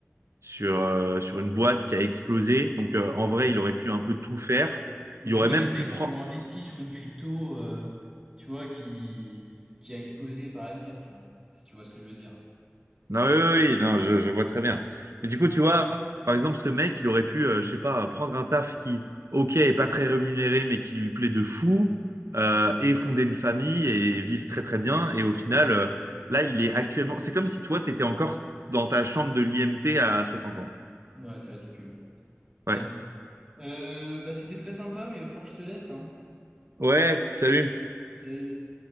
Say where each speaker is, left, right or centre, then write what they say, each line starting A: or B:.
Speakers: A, on the right (about 80°); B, on the right (about 15°).
A: sur, euh, sur une boîte qui a explosé. Donc, euh, en vrai, il aurait pu un peu tout faire.
B: Ou
A: Il
B: tu
A: aurait
B: vois,
A: même
B: des mecs
A: pu prendre.
B: qui ont investi sur une crypto, euh, tu vois, qui, qui a explosé par l'avenir, tu vois. Si tu vois ce que je veux dire.
A: Non, oui, oui, oui, non, je, je vois très bien. Mais du coup, tu vois, par exemple, ce mec, il aurait pu, euh, je sais pas, prendre un taf qui, ok, est pas très rémunéré, mais qui lui plaît de fou, euh, et fonder une famille et vivre très très bien. Et au final, euh, là, il est actuellement. C'est comme si toi, tu étais encore dans ta chambre de l'IMT à 60 ans.
B: Ouais, c'est ridicule.
A: Ouais.
B: Putain. Euh, bah, c'était très sympa, mais il va falloir que je te laisse, hein.
A: Ouais, salut.
B: Salut.